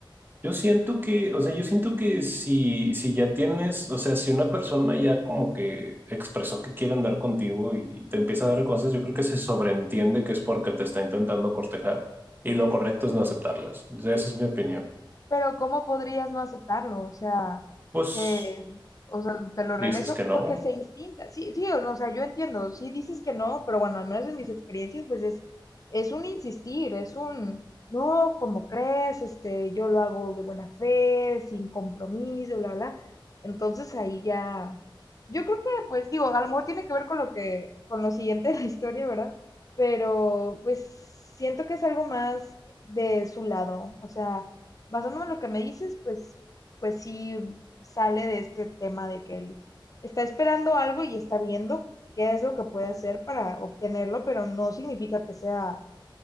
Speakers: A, on the right (about 25°); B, on the left (about 40°).
A: Yo siento que, o sea, yo siento que si, si ya tienes, o sea, si una persona ya como que expresó que quiere andar contigo y te empieza a dar cosas, yo creo que se sobreentiende que es porque te está intentando cortejar y lo correcto es no aceptarlas. O sea, esa es mi opinión.
B: Pero ¿cómo podrías no aceptarlo? O sea,
A: Pues
B: que, o sea, te lo
A: dices
B: regreso
A: que no,
B: porque se instinta. Sí, sí, o o sea, yo entiendo. Sí dices que no, pero bueno, al menos en mis experiencias, pues es, es un insistir, es un, no, como crees? Este, yo lo hago de buena fe, sin compromiso, bla, bla. Entonces ahí ya, yo creo que, pues digo, a lo mejor tiene que ver con lo que, con lo siguiente de la historia, ¿verdad? Pero pues siento que es algo más de su lado. O sea basándome en lo que me dices, pues, pues sí sale de este tema de que él está esperando algo y está viendo qué es lo que puede hacer para obtenerlo, pero no significa que sea